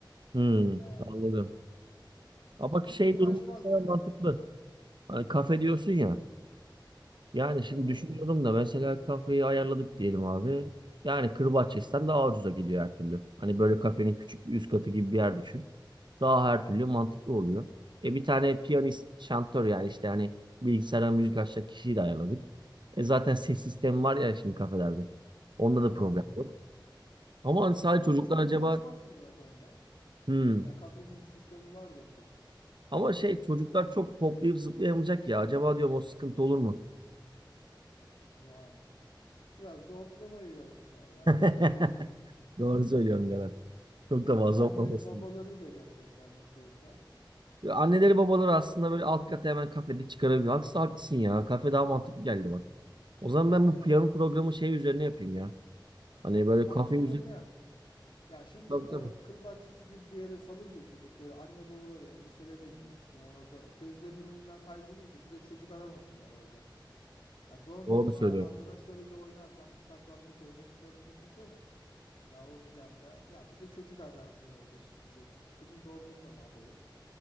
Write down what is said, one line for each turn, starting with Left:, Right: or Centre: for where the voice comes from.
Right: Hmm,
Left: Ya
Right: anladım. Ama bak
Left: biz
Right: şey
Left: uğraşmazdık
Right: durumu mesela mantıklı.
Left: en azından.
Right: Hani kafe diyorsun ya. Yani şimdi
Left: Evet.
Right: düşünüyorum da
Left: Onunla
Right: mesela kafeyi ayarladık diyelim abi. Yani Kırbaçyes'ten daha ucuza geliyor her türlü. Hani böyle kafenin küçük bir üst katı gibi bir yer düşün. Daha her türlü mantıklı oluyor. E bir tane piyanist, şantör yani işte hani bilgisayardan müzik açacak kişiyi de ayarladık. E zaten ses sistemi var ya şimdi kafelerde. Onda
Left: yani
Right: da problem yok. Ama hani sadece
Left: onlara
Right: çocuklar
Left: çok
Right: acaba
Left: uğraşmazsın zaten ya.
Right: hmm.
Left: Ya kafenin sistemi vardır kesin.
Right: Ama şey
Left: Hazır
Right: çocuklar
Left: kurum.
Right: çok hoplayıp zıplayamayacak ya. Acaba diyorum o sıkıntı olur mu?
Left: Yani biraz da hoplamayı versinler ya
Right: <laughs>
Left: canım şimdi. <laughs>
Right: Doğru söylüyorsun Gelen. Çok
Left: Ya
Right: da fazla
Left: anneli
Right: olmasın.
Left: babalarıyla gelecekler nasıl olsa.
Right: Ya Anneleri babaları aslında böyle alt kata hemen kafede çıkarabilir. Haksız haklısın ya. Kafe daha mantıklı geldi bak. O zaman ben bu
Left: Yani
Right: piyano programı şey üzerine yapayım ya. Hani böyle
Left: kafe
Right: kafe
Left: üzerine
Right: üzerine.
Left: yap. Ya şimdi
Right: Tabii
Left: o
Right: tabii.
Left: kır bahçesi gibi bir yere salınca çocukları anne babaları endişelenir büyük ihtimal orada. Gözlerinin önünden kaybolunca bir de çocuk aramasınlar orada. Ya doğum
Right: Doğru
Left: günü falan
Right: söylüyorum.
Left: arkadaşlarıyla oynarken bir saklambaç oynadıklarını düşünsene. Ya o planda ya bir de çocuk ararsın orada şimdi. Kızın doğum günü de mahvolur.